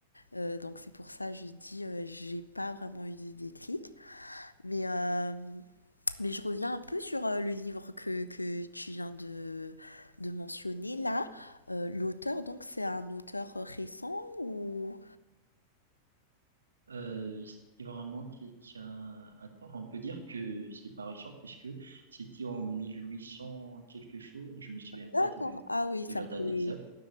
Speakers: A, on the left (about 85°); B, on the right (about 75°).
A: euh, donc c'est pour ça que je dis euh, j'ai pas vraiment eu de déclic. Mais euh, mais je reviens un peu sur euh, le livre que, que tu viens de, de mentionner là. Euh, l'auteur, donc, c'est un auteur euh, récent ou...
B: Euh, c'est vraiment quelqu'un... Attends, on peut dire que c'est pas récent puisque c'était en 1800 quelque chose, je me souviens pas
A: D'accord.
B: de,
A: Ah oui, ça
B: de la date
A: fait...
B: exacte,